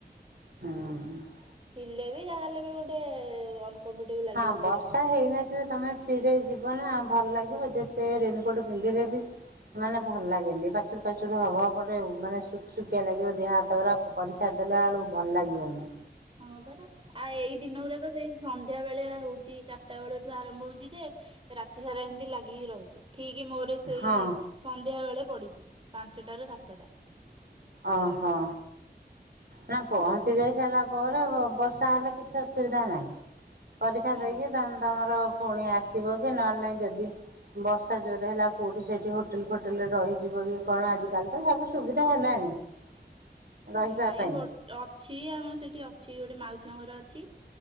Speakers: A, on the right; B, on the right.
A: ହଁ।
B: ଥିଲେ ବି ଯାହାହେଲେ ବି ଗୋଟେ ଅନକମ୍ଫର୍ଟେବୁଲ ଲାଗିବ
A: ହଁ
B: ଗଲାବେଳେ।
A: ବର୍ଷା ହେଇନ ତମେ ଫ୍ରିରେ ଯିବ ନା ଭଲ ଲାଗିବ ଯେତେ ରେନିକୋଟ ପିନ୍ଧିଲେ ବି ମାନେ ଭଲ ଲାଗେନି ପାଚୁର ପାଚୁର ହବ ଗୋଟେ ମାନେ ସୁଖସୁଖିଆ ଲାଗିବ ଦିହ ହାତ ଗୁରା। ପରୀକ୍ଷା ଦେଲାବେେଳକୁ ଭଲ ଲାଗିବନି।
B: ହଁ ପରା ଆଉ ଏଇ ଦିନ ଗୁଡାକ ସେଇ ସନ୍ଧ୍ୟା ବେଆ ହଉଛି ଚାରିଟା ବେଳଠୁ ଆରମ୍ଭ ହଉଚି ଯେ ରାତି ସାରା ଏମିତି ଲାଗିକି ରହୁଛି। ଠିକ ମୋର ସେଇ
A: ହଁ
B: ସନ୍ଧ୍ୟା ବେଳେ ପଡିଛି ପାଞ୍ଚଟ ରୁ ସାତଟା।
A: ଓହୋ। ନା ପହଞ୍ଚି
B: ଉଁ
A: ଯାଇ ସାଇଲା ପରେ ବର୍ଷା ହେଲେ କିଛି ଅସୁବିଧା ନାହିଁ। ପରୀକ୍ଷା
B: ହଁ
A: ଦେଇକି ତମେ ତମର ପୁଣି ଆସିବ କି ନହେଲେ ନାଇଁ ଯଦି ବର୍ଷା ଜୋରରେ ହେଲା କୋଉଠି ସେଇଠି ହୋଟେଲ ଫୋଟେଲରେ ରହିଯିବ କି କଣ ଆଜିକାଲି ତ ସବୁ ସୁବିଧା ହେଲାଣି। <inaudible>
B: ନାଇଁ
A: ପାଇଁ।
B: ହୋ ଅଛି ଆମର ସେଠି ଅଛି ଗୋଟେ ମାଉସୀଙ୍କ ଘର ଅଛି।